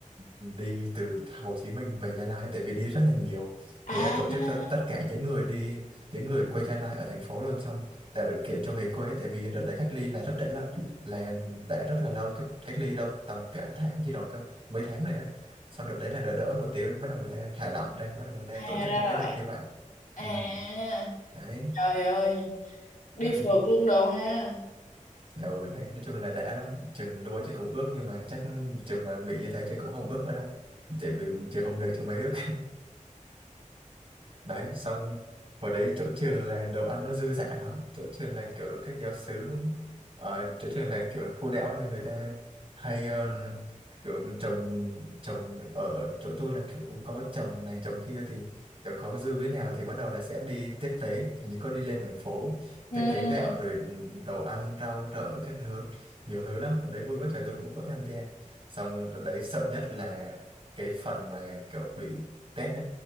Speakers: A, on the right; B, on the left.
A: đi từ Hồ Chí Minh về Gia Lai tại vì đi rất là nhiều
B: à
A: người ta tổ chức cho tất cả những người đi những người quê Gia Lai ở thành phố luôn xong tạo điều kiện cho về quê ấy, tại vì đợt đấy cách ly là rất để là là đã rất là lâu cách cách ly đâu tầm cả tháng gì rồi cơ mấy tháng này á xong đợt đấy là đỡ đỡ một tí bắt đầu người ta thả lỏng ra bắt đầu người ta
B: à
A: tổ chức
B: ra
A: những
B: là
A: cái đợt
B: vậy
A: như vậy
B: à
A: ừ, đấy
B: trời ơi đi
A: đấy
B: phượt luôn đồ ha
A: ừ đấy nói chung là đã lắm trường lúa trường cũng ước nhưng mà chắc trường mà bị như thế trường cũng không ước nữa đâu tại vì trường không được trường mới ước đấy xong hồi đấy chỗ trường là đồ ăn nó dư dả lắm chỗ trường là kiểu các giáo xứ ở chỗ trường là kiểu khu đảo ấy là người ta hay ờ, kiểu trồng trồng ở chỗ tôi là kiểu cũng có trồng này trồng kia thì kiểu có dư cái nào thì bắt đầu là sẽ đi tiếp tế hình như có đi lên thành phố
B: ừ
A: tiếp tế gạo rồi đồ ăn rau rợ các thứ nhiều thứ lắm ở đấy vui quá trời tôi cũng có tham gia xong đợt đấy sợ nhất là cái phần mà kiểu bị test đấy